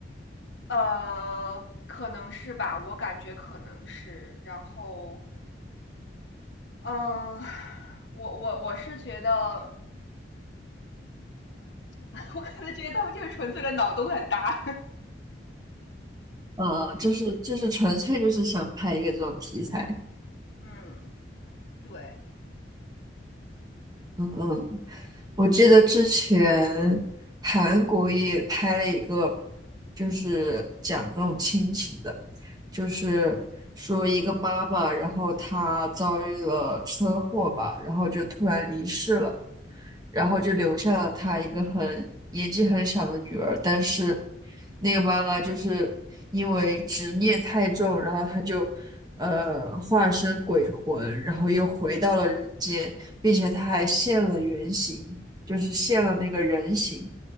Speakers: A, on the left; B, on the right.
A: 呃，可能是吧，我感觉可能是。然后，嗯，我我我是觉得，<laughs> 我可能觉得他们就是纯粹的脑洞很大。
B: <laughs> 呃，就是就是纯粹就是想拍一个这种题材。
A: <laughs> 嗯，对
B: 嗯嗯，我记得之前韩国也拍了一个，就是讲这种亲情的。就是说一个妈妈，然后她遭遇了车祸吧，然后就突然离世了，然后就留下了她一个很年纪很小的女儿，但是那个妈妈就是因为执念太重，然后她就呃化身鬼魂，然后又回到了人间，并且她还现了原形，就是现了那个人形。